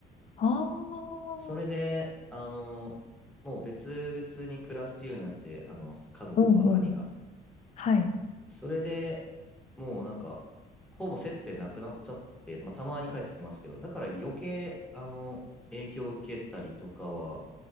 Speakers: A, on the left (about 40°); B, in the centre.
A: ああ、
B: それで、あのーもう別々に暮らすようになって、あの、家族とは兄が。
A: うん、うん。はい、
B: それでもうなんか、ほぼ接点なくなっちゃって、まあ、たまに帰ってきますけど、だから余計、あの、影響を受けたりとかは